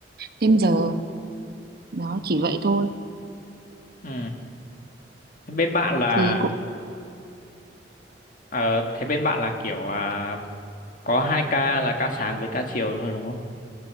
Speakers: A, on the right (about 60°); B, on the left (about 50°).
A: thêm giờ đó chỉ vậy thôi
B: Ừ. Thế Bên bạn là
A: thì cũng
B: ờ, thế bên bạn là kiểu à, có hai ca là ca sáng với ca chiều thôi đúng không?